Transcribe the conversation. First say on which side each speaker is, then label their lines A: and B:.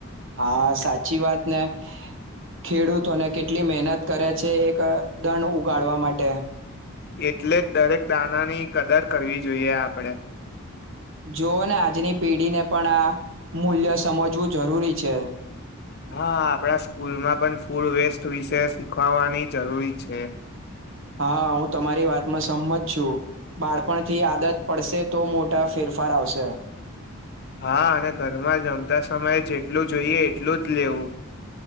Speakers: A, on the right; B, on the left.
A: હા સાચી વાત ને ખેડૂતોને કેટલી મહેનત કરે છે. એક અનાજ ઉગાડવા માટે.
B: એટલે જ દરેક દાણાની કદર કરવી જોઈએ આપણે.
A: જોઓ ને આજની પેઢીને પણ આ મૂલ્ય સમજવું જરૂરી છે.
B: હા, આપણા સ્કૂલમાં પણ ફૂડ વેસ્ટ વિશે શીખવાવાની જરૂરી છે.
A: હા, હું તમારી વાતમાં સહમત છું. બાળપણથી આદત પડશે તો મોટા ફેરફાર આવશે.
B: હા, અને ઘરમાં જમતા સમયે જેટલું જોઈએ એટલું જ લેવું.